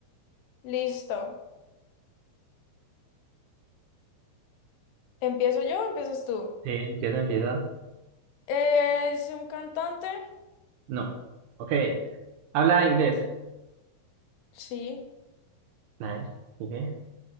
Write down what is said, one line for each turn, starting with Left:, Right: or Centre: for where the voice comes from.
Left: listo. ¿Empiezo yo o empiezas tú?
Right: Sí, empieza, empieza.
Left: ¿Es un cantante?
Right: No. Ok. Habla inglés.
Left: Sí.
Right: Nice. Sigue.